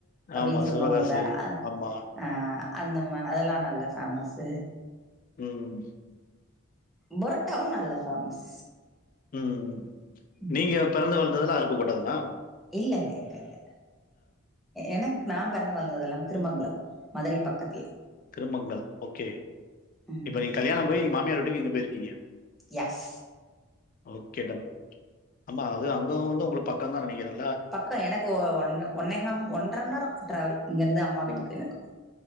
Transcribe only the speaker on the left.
ஆமா
சிவகாசி.
ஆமா.
ம்
ம்
நீங்க பிறந்து வளந்ததெல்லா அருப்புகோட்டதானா
திருமங்கலம் ஓகே
இப்போ நீங்க கல்யாணோ போய் இங்க மாமியார் வீட்டுக்கு இங்க போயிருக்கீங்க
ஓகே டன் ஆமா அது அங்க வந்து உங்களுக்கு பக்கந்தா நெனைக்கிறேல
ம்